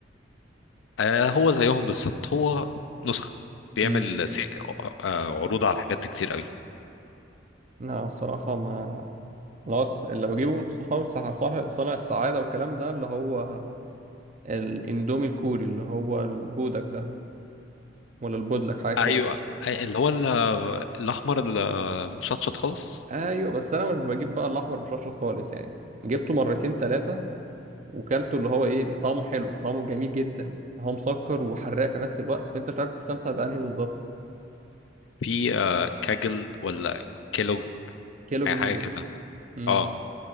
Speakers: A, on the left (about 80°); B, on the right (about 40°).
A: آه، هو زيهم بالظبط هو نسخة بيعمل
B: امم
A: سي... آه عروض على الحاجات دي كتير قوي
B: لا الصراحه ما لا اللي بجيبه من صحاب السح... صاحب- صانع السعاده والكلام ده اللي هو الاندومي الكوري اللي هو البودك ده ولا البودلك حاجه كده
A: ايوه أي- اللي هو ال- الاحمر المشطشط خالص
B: ايوه بس انا مش بجيب بقى الاحمر مشطشط خالص يعني جبته مرتين ثلاثه وكلته اللي هو ايه طعمه حلو طعمه جميل جدا هو مسكر وحراق في نفس الوقت فانت مش عارف تستمتع بانهي بالظبط
A: في آه كاجل ولا كيلوج
B: كيلوج
A: اي
B: نودلز
A: حاجة كده
B: امم
A: اه